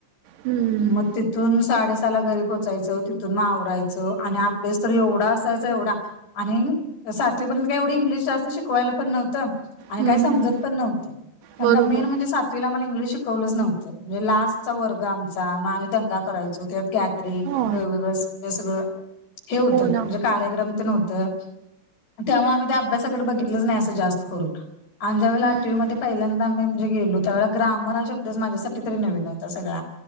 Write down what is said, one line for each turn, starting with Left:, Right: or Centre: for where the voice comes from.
Right: हम्म
Left: म तिथून साडेसहाला घरी पोचायचं तिथून मग आवरायचं आणि अभ्यास तर एवढा असायचा एवढा आणि सातवीपर्यंत काय एवढी इंग्लिश जास्त शिकवायला पण नव्हतं आणि
Right: हम्म
Left: काय समजत पण नव्हतं कारण
Right: बरोबर
Left: का मेन म्हणजे सात वीला मला इंग्लिश शिकवलंच नव्हतं म्हणजे लास्टचा वर्ग आमचा मग आम्ही दंगा करायचो त्यात
Right: हा
Left: वेगवेगळ हे सगळं हे होतं
Right: हो ना
Left: म्हणजे कार्यक्रम तेन होत आणि त्यामुळे आम्ही त्या अभ्यासाकड बघितलंच नाही असं जास्त करून अन ज्यावेळीला
Right: हम्म
Left: आठवीमध्ये
Right: हम्म
Left: पहिल्यांद मी म्हणजे गेलो त्यावेळी ग्रामर हा शब्दच माझ्यासाठी तरी नवीन होता सगळा